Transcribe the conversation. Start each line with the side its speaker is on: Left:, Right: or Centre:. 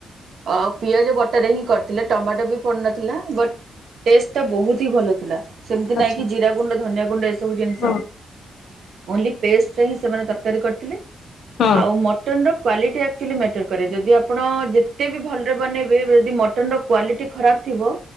Right: ଅ ପିଆଜ ବଟାରେ ରେ ହିଁ କରିଥିଲେ ଟମାଟୋ ବି ପଡିନଥିଲା ବଟ୍ ଟେଷ୍ଟ ଟା ବହୁତ୍ ତି ଭଲ ଥିଲା ସେମିତି
Left: ଆଚ୍ଛା
Right: ନାଇଁ କି ଜିରା ଗୁଣ୍ଡ ଧନିଆଁ ଗୁଣ୍ଡ ଏସବୁ ଜିନିଷ
Left: ହଁ
Right: ଓନ୍ଲି ପେଷ୍ଟରେ ହିଁ ସେମାନେ ତରକାରୀ କରିଥିଲେ
Left: ହଁ
Right: ଆଉ ମଟନର କ୍ୱାଲିଟି ଆ ଆକ୍ଚୁଲି ମ୍ୟାଟର୍ କରେ ଯଦି ଆପଣ ଯେତେ ବି ଭଲରେ ବନେଇବେ ଯଦି ମଟନର କ୍ୱାଲିଟି ଖରାପ୍ ଥିବ।